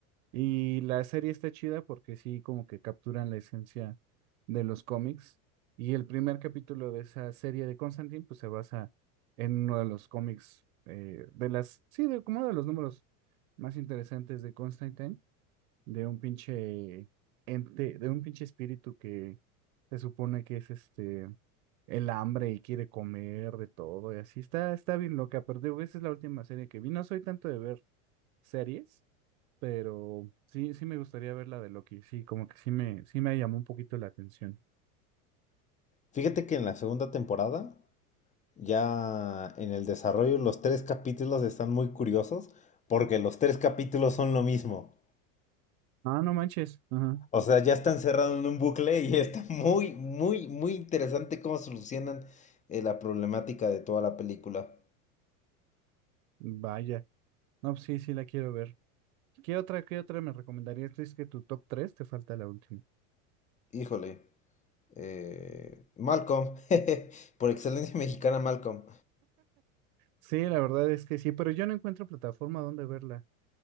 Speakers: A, on the right (about 75°); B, on the left (about 20°).
A: Y la serie está chida porque sí, como que capturan la esencia de los cómics. Y el primer capítulo de esa serie de Constantine, pues se basa en uno de los cómics, eh, de las, sí, de, como uno de los números más interesantes de Constantine, de un pinche ente, de un pinche espíritu que se supone que es este, el hambre y quiere comer de todo y así. Está, está bien loca, pero digo, esa es la última serie que vi. No soy tanto de ver series. Pero sí, sí me gustaría ver la de Loki. Sí, como que sí me, sí me llamó un poquito la atención.
B: Fíjate que en la segunda temporada. ya en el desarrollo los tres capítulos están muy curiosos porque los tres capítulos son lo mismo.
A: Ah, no manches. Ajá.
B: O sea, ya están cerrados en un bucle y <laughs> está muy, muy, muy interesante cómo solucionan eh, la problemática de toda la película.
A: Vaya. No, pues sí, sí la quiero ver. ¿Qué otra, qué otra me recomendarías? Es que tu top 3 te falta la última.
B: Híjole, eh, Malcolm, <laughs> por excelencia mexicana Malcolm,
A: Sí, la verdad es que sí, pero yo no encuentro plataforma donde verla.